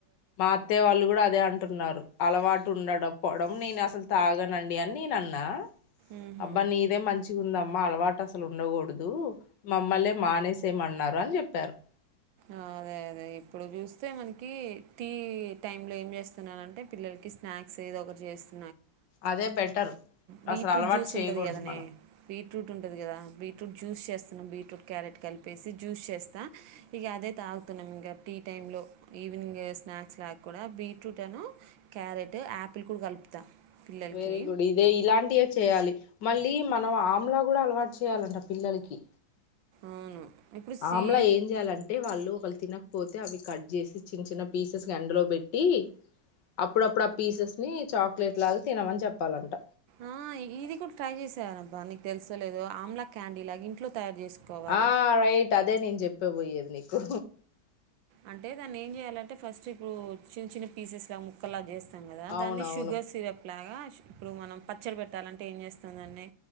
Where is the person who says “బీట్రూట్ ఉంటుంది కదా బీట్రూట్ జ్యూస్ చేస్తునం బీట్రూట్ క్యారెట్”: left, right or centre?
Right